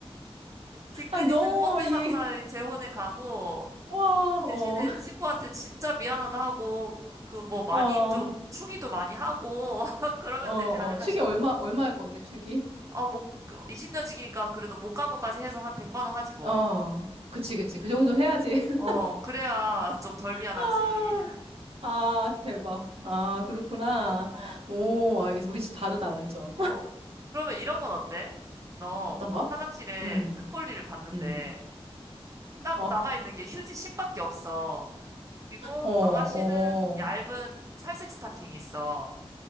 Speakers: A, on the right (about 30°); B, on the right (about 65°).
A: 뒤끝
B: 아니 너무
A: 있는 꼰대
B: 이
A: 상사의 재혼에 가고,
B: 와,
A: 대신에
B: 어.
A: 친구한테 진짜 미안하다 하고, 그 뭐 많이
B: 어.
A: 좀, 축의도 많이 하고, <laughs> 그러면
B: 어, 어.
A: 되지 않을까
B: 축이
A: 싶은데.
B: 얼마 얼마일 건데 축이?
A: 아, 뭐, 20년 지기니까 그래도 못 간 것까지 해서 한 100만 원 하지 뭐.
B: 어. 그치 그치. 그 정도는
A: 어,
B: 해야지. <laughs>
A: 어, 그래야 좀 덜 미안하지.
B: 아.
A: <laughs>
B: 아, 대박. 아, 그렇구나.
A: 어,
B: 오, 알겠어. 우리 진짜 다르다, 완전.
A: 어. 그러면 이런 건 어때? 너
B: 어떤 거?
A: 화장실에
B: 음,
A: 큰 볼일을 봤는데
B: 음.
A: 딱
B: 어,
A: 남아있는 게 휴지 심밖에 없어. 그리고
B: 어, 어,
A: 너가 신은 얇은 살색 스타킹이 있어.